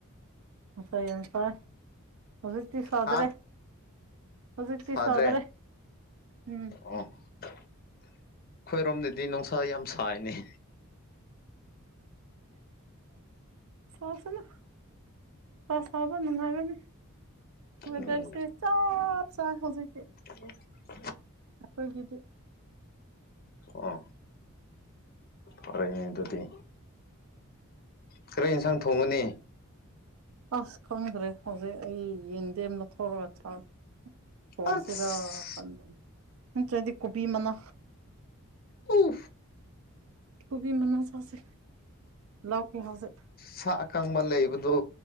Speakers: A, on the right (about 70°); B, on the left (about 45°).
A: ꯁꯥꯏꯟꯁ ꯍꯧꯖꯤꯛꯇꯁꯨꯗ꯭ꯔꯦ
B: ꯍꯥ
A: ꯍꯧꯖꯤꯛꯇꯛꯇꯤꯁꯗ꯭ꯔꯦ
B: ꯁꯥꯗ꯭ꯔꯦ
A: ꯎꯝ
B: ꯑꯣ ꯑꯩꯈꯣꯏꯔꯣꯝꯗꯗꯤ ꯅꯨꯡꯁꯥ ꯌꯥꯝ ꯁꯥꯏꯅꯤ
A: ꯁꯣꯁꯅ ꯁꯥꯕ ꯅꯨꯡꯉꯥꯏꯒꯅꯤ ꯋꯦꯗꯔꯁꯦ
B: ꯎꯝ
A: ꯆꯞ ꯆ ꯍꯧꯖꯤꯛꯀꯤ
B: ꯑꯗꯨ
A: ꯑꯩꯈꯣꯏꯒꯤꯗꯤ
B: ꯑ ꯑꯣꯏꯔꯣꯏꯅꯦ ꯑꯗꯨꯗꯤ ꯈꯔ ꯌꯦꯟꯁꯥꯡ ꯊꯣꯡꯉꯅꯤ
A: ꯑꯁ ꯈꯪ꯭ꯔꯦ ꯍꯧꯖꯤꯦ ꯑꯩ ꯌꯦꯟꯗꯦꯅ ꯊꯔꯒ ꯆ ꯐꯣꯁꯤꯔ
B: ꯑꯁ
A: ꯐꯥꯟꯗ ꯅꯠꯇ꯭ꯔꯗꯤ ꯀꯣꯕꯤ ꯃꯅꯥ
B: ꯎ
A: ꯀꯨꯕꯤ ꯃꯅꯖꯁꯦ ꯂ ꯍꯧꯖꯦ
B: ꯁꯥ ꯑꯀꯕ ꯂꯩꯕꯗꯨ